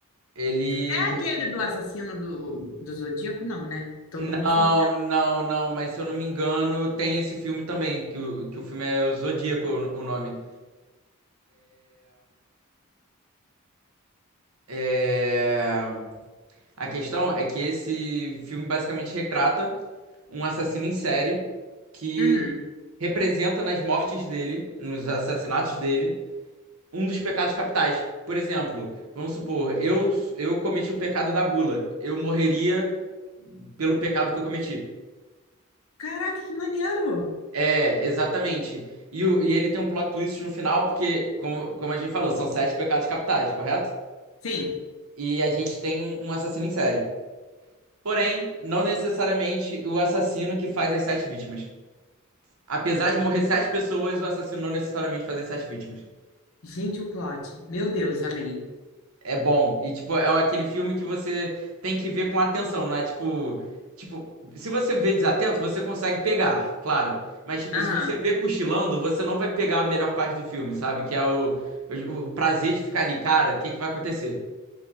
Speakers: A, on the right (about 80°); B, on the left (about 70°).
A: ele...
B: É aquele do assassino do, do Zodíaco? Não, né? Tô,
A: Não,
B: tô confundindo.
A: não, não, mas se eu não me engano, tem esse filme também, que o, que o filme é o Zodíaco, o, o nome. É, A questão é que esse filme basicamente retrata um assassino em série que
B: Uhum.
A: representa nas mortes dele, nos assassinatos dele, um dos pecados capitais. Por exemplo, vamos supor, eu, eu cometi o pecado da gula. Eu morreria pelo pecado que eu cometi.
B: Caraca, que maneiro!
A: É, exatamente. E, o- e ele tem um plot twist no final, porque, como, como a gente falou, são sete pecados capitais, correto?
B: Sim.
A: E a gente tem um, um assassino em série. Porém, não necessariamente o assassino que faz as sete vítimas. Apesar de morrer sete pessoas, o assassino não necessariamente faz as sete vítimas.
B: Gente, o plot. Meu Deus, amei.
A: É bom. E, tipo, é aquele filme que você tem que ver com atenção, não é tipo. Tipo, se você vê desatento, você consegue pegar, claro. Mas, tipo,
B: Aham.
A: se você vê cochilando, você não vai pegar a melhor parte do filme, sabe? Que é o, o, o prazer de ficar ali, cara, o que que vai acontecer?